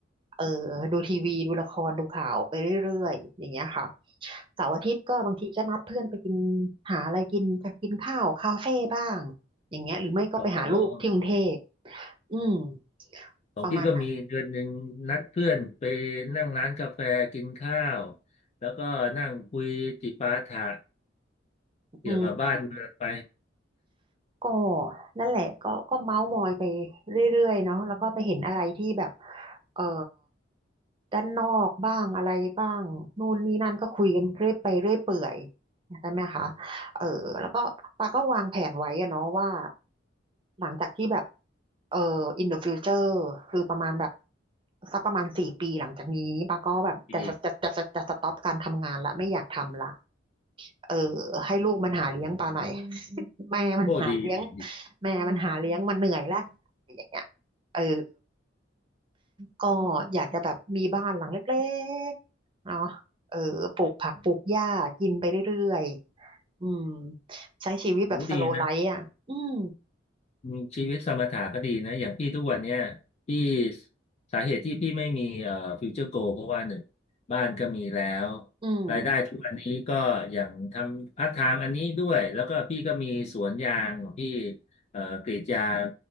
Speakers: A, on the right (about 30°); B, on the left (about 35°).
A: เออดูทีวีดูละครดูข่าวไปเรื่อยๆอย่างเงี้ยค่ะเสาร์อาทิตย์ก็บางทีก็นัดเพื่อนไปกินหาอะไรกินกันกินข้าวคาเฟ่บ้างอย่างเงี้ยหรือไม่ก็ไปหาลูกที่กรุงเทพ
B: ของ
A: อืม
B: ของพี่ก็มีเดือนหนึ่งนัดเพื่อนไป
A: ประมาณนั้น
B: นั่งร้านกาแฟกินข้าวแล้วก็นั่งคุยจิปาถะ เกี่ยวกับบ้านเมืองไป
A: อืม ก็นั่นแหละก็ก็เมาส์มอยไปเรื่อยๆเนาะแล้วก็ไปเห็นอะไรที่แบบเอ่อด้านนอกบ้างอะไรบ้างนู่นนี่นั่นก็คุยกันเรื่อยไปเรื่อยเปื่อยใช่ไหมคะเออแล้วก็ปาก็วางแผนไว้อะเนาะว่าหลังจากที่แบบเอ่อ in the future คือประมาณแบบสักประมาณสี่ปีหลังจากนี้ปาก็แบบจะจะจะจะจะสต็อปการทำงานละไม่อยากทำละ
B: ดี
A: เออให้ลูกมันหาเลี้ยงปลาหน่อย <laughs> อืม <laughs> แม่มันหาเลี้ยง
B: โอ้ดีดีดี
A: แม่มันหาเลี้ยงมันเหนื่อยละอย่างเงี้ยเออก็อยากจะแบบมีบ้านหลังเล็กๆเนาะเออปลูกผักปลูกหญ้ากินไปเรื่อยๆอืมใช้ชีวิตแบบสโลว์ไลฟ์อ่ะอืม
B: โหดีนะอืมชีวิตสมถะก็ดีนะอย่างพี่ทุกวันเนี้ยพี่สาเหตุที่พี่ไม่มีเอ่อฟิวเจอร์โกเพราะว่าหนึ่งบ้านก็มีแล้ว
A: อืม
B: รายได้ทุกวันนี้ก็อย่างทำพาร์ทไทม์อันนี้ด้วยแล้วก็พี่ก็มีสวนยางของพี่เอ่อกรีดยาง